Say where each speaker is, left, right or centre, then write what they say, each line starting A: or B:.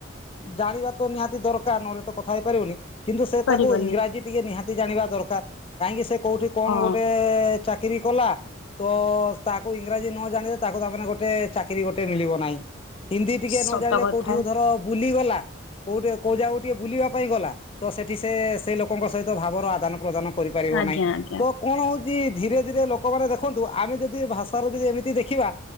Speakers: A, on the left (about 30°); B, on the left (about 85°).
A: ଜାଣିବା ତ ନିହାତି ଦରକାର, ନହେଲେ ତ କଥା ହେଇପାରିବନି । କିନ୍ତୁ ସେ
B: ପାରିବନି
A: ତାକୁ ଇଂରାଜୀ ଟିକେ ନିହାତି ଜାଣିବା ଦରକାର, କାହିଁକି ସେ କୋଉଠି କଣ
B: ହଁ
A: ଗୋଟେ ଚାକିରି କଲା ତ, ତା ତା ଇଂରାଜୀ ନ ଜାଣିଲେ ତାକୁାତାମାନେ ଗୋଟେ ଚାକିରି ଗୋଟେ ମିଳିବ ନାହିଁ। ହିନ୍ଦୀ ଟିକେ
B: ସତ
A: ନ ଜାଣିଲେ
B: କଥା
A: କୋଉଠି ଧର ବୁଲିଗଲା କୋଉଠି କୋଉ ଜାଗକୁ ଟିକେ ବୁଲିବା ପାଇଁ ଗଲା ତ ସେଠି ସେ ସେ ଲୋକଙ୍କ ସହିତ ଭାବର ଆଦାନ ପ୍ରଦାନ କରିପାରିବ
B: ଆଜ୍ଞା
A: ନାହିଁ
B: ଆଜ୍ଞା
A: ତ କଣ ହଉଛି ଧୀରେ ଧୀରେ ଲୋକମାନେ ଦେଖନ୍ତୁ ଆମେ ଯଦି ଭାଷା ଯଦି ଏମିତି ଦେଖିବା।